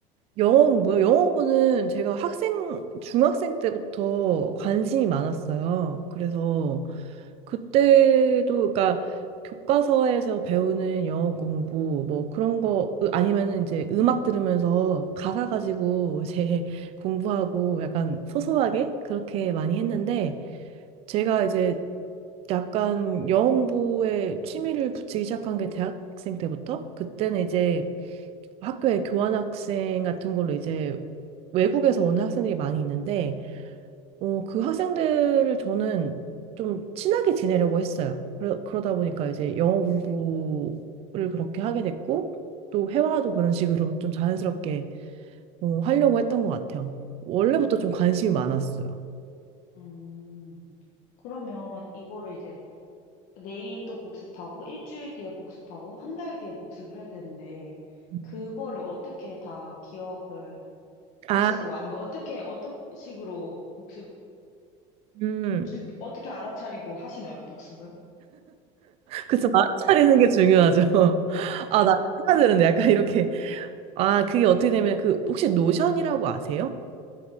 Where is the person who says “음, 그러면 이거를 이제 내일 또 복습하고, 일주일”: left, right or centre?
Left